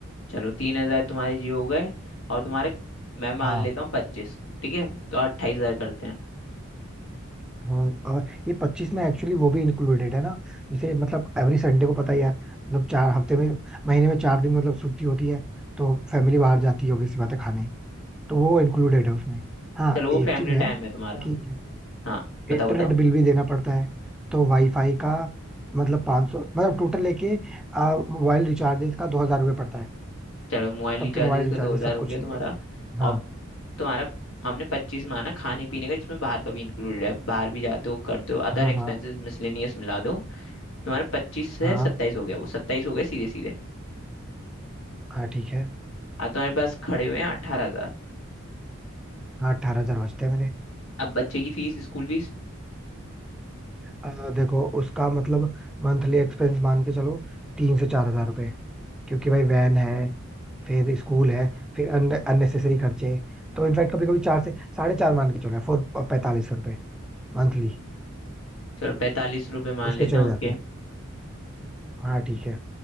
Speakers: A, on the left; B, in the centre.
A: चलो तीन हजार तुम्हारे जी हो गए और तुम्हारे मैं मान
B: हाँ
A: लेता हूँ पच्चीस ठीक है तो अट्ठाईस हजार करते हैं
B: हाँ और ये पच्चीस में एक्चुअली वो भी इंक्लूडेड है ना जैसे मतलब एवरी संडे को पता ही है मतलब चार हफ्ते में महीने में चार दिन मतलब छुट्टी होती है तो फैमिली बाहर जाती है ऑब्वियसली बात है खाने तो वो इंक्लूडेड है उसमें हाँ
A: चलो वो
B: एक
A: फैमिली
B: चीज है
A: टाइम है तुम्हारा
B: कि जैसे
A: हाँ बताओ
B: इंटरनेट
A: बताओ
B: बिल भी देना पड़ता है तो वाईफाई का मतलब 500 मतलब टोटल लेके आ, मोबाइल रिचार्जेस का दो हजार रुपये पड़ता है
A: चलो मोबाइल
B: सबके
A: रिचार्जेस
B: मोबाइल रिचार्जेस
A: का दो हजार
B: सब
A: हो
B: कुछ
A: गया तुम्हारा
B: लिए
A: और
B: हाँ
A: तुम्हारा हमने पच्चीस माना खाने पीने का जिसमें बाहर का भी इंक्लूडेड है बाहर भी जाते हो करते हो अदर
B: हाँ
A: एक्सपेंसेस
B: हाँ
A: मिसलेनियस मिला दो तुम्हारे पच्चीस से
B: हाँ
A: सत्ताईस हो गया वो सत्ताईस हो गया सीधे सीधे
B: हाँ ठीक है
A: अब तुम्हारे पास खड़े हुए हैं अट्ठारह हजार
B: हाँ अठारह हजार बचते हैं मेरे
A: अब बच्चे की फीस स्कूल फीस
B: अ, देखो उसका मतलब मंथली एक्सपेंस मान के चलो तीन से चार हजार रुपए क्योंकि भाई वैन है फिर स्कूल है फिर अननेसेसरी खर्चे तो इनफैक्ट कभी कभी चार से साढ़े चार मान के चलो फोर पैंतालीस सौ रुपए मंथली
A: चलो पैंतालीस रुपये मान
B: उसके
A: लेते
B: चले
A: हैं उसके
B: जाते हैं हाँ ठीक है